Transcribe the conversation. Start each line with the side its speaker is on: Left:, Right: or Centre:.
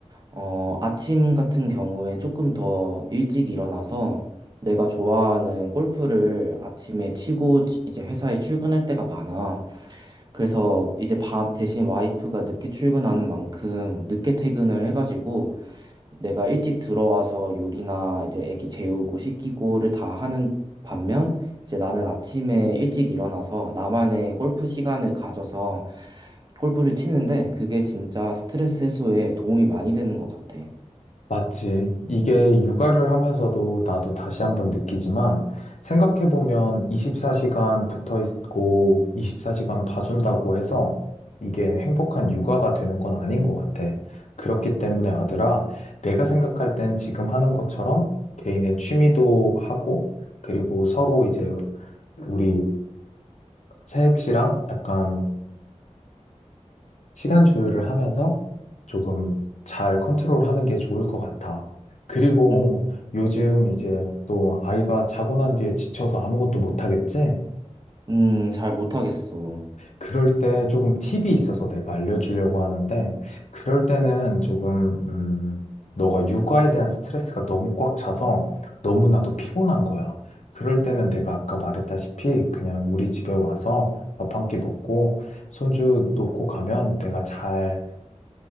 Right: 어, 아침 같은 경우에 조금 더 일찍 일어나서 내가 좋아하는 골프를 아침에 치고 치- 이제 회사에 출근할 때가 많아. 그래서 이제 밤 대신 와이프가 늦게 출근하는 만큼 늦게 퇴근을 해가지고 내가 일찍 들어와서 요리나 이제 애기 재우고 씻기고를 다 하는 반면 이제 나는 아침에 일찍 일어나서 나만의 골프 시간을 가져서 골프를 치는데 그게 진짜 스트레스 해소에 도움이 많이 되는 것 같아.
Left: 맞지. 이게 육아를 하면서도 나도 다시 한번 느끼지만 생각해보면 24시간 붙어 있고 24시간 봐준다고 해서 이게 행복한 육아가 되는 건 아닌 것 같아. 그렇기 때문에 아들아, 내가 생각할 땐 지금 하는 것처럼 개인의 취미도 하고 그리고 서로 이제 우리 새액씨랑 약간 시간 조율을 하면서 조금 잘 컨트롤하는 게 좋을 것 같아. 그리고
Right: 음,
Left: 요즘 이제 또 아이가 자고 난 뒤에 지쳐서 아무것도 못 하겠지?
Right: 음, 잘 못하겠어.
Left: 그럴 때 조금 팁이 있어서 내가 알려주려고 하는데, 그럴 때는 조금, 음, 너가 육아에 대한 스트레스가 너무 꽉 차서 너무나도 피곤한 거야. 그럴 때는 내가 아까 말했다시피 그냥 우리 집에 와서 밥 한 끼 먹고 손주 놓고 가면 내가 잘